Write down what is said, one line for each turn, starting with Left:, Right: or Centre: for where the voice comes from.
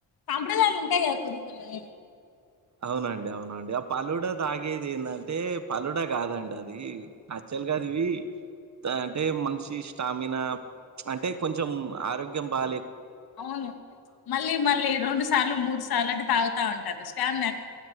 Left: సాంప్రదాయాలు ఉంటాయి కదా <unintelligible>
Right: అవునండి అవునండి ఆ పలుడా తాగేది <unintelligible> పలుడా కాదండి అది అ <unintelligible> అంటే మనిషి స్టామినా అంటే కొంచెం ఆరోగ్యం బా
Left: అవునుంటాయి మళ్ళీ మళ్ళీ రెండు సార్లు మూడు సార్లు అంటే తాగుతా ఉంటారు స్టామిన